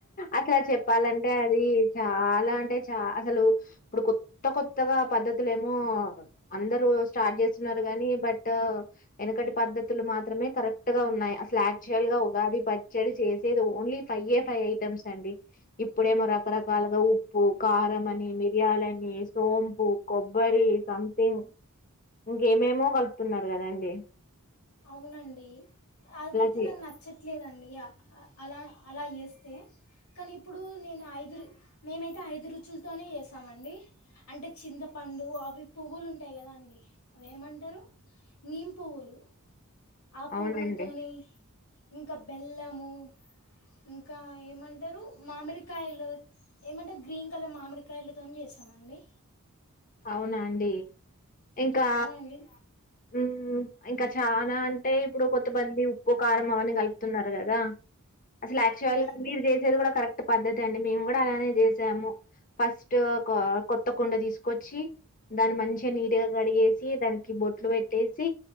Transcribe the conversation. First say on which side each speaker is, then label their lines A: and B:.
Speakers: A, on the left (about 40°); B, on the left (about 75°).
A: అట్లా చెప్పాలన్ అంటే అది చాలా అంటే చ అసలు ఇప్పుడు కొత్త కొత్తగా పద్ధతులు ఏమో అందరూ స్టార్ట్ చేస్తున్నారు గాని బట్ వెనకటి పద్ధతులు మాత్రమే కరెక్ట్ గా ఉన్నాయి అసలు యాక్చువల్ గా ఉగాది పచ్చడి చేస్ లేదు ఓన్లీ ఫై ఏ ఫై ఐటమ్స్ అండి ఇప్పుడేమో రకరకాలగా ఉప్పు కారం అని మిరియాలని సోంపు కొబ్బరి సంథింగ్ ఇంకేం ఏమో గలుపుతున్నారు గదండి
B: అవునండి అది అయితే
A: చేయ
B: నాకు నచ్చట్లేదండి అలా అలా ఏస్తే కానీ ఇప్పుడు నేను ఐదు మేమైతే ఐదు రుచులతోనే ఏసామండి అంటే చింతపండు అవి పువ్వులు ఉంటాయి కదా అండి అవి ఏమంటారు నీమ్ పువ్వులు ఆ పువ్వులుతోని
A: అవునండి.
B: ఇం ఇంక బెల్లము ఇంకా ఏమంటారు మామిడికాయలు ఏమంటారు గ్రీన్ కలర్ మామిడికాయలతో జేస్తామండి
A: అవునా అండి ఇంకా
B: అవునండి
A: ఉ ఇంకా చానా అంటే ఇప్పుడు కొత్తమంది ఉప్పు కారం అవన్నీ గలుపుతున్నారు గదా అసలు యాక్చువల్
B: ఉమ్,
A: గా మీరు జేసేది గూడా కరెక్ట్ పద్దతి అండి మేము గూడా అలానే జేసాము ఫస్ట్ ఫస్టు ఒక కొత్త కుండ దీసుకొచ్చి దాన్ని మంచిగా నీటిగా కడిగేసి దానికి బొట్ ట్లు బెట్టేసి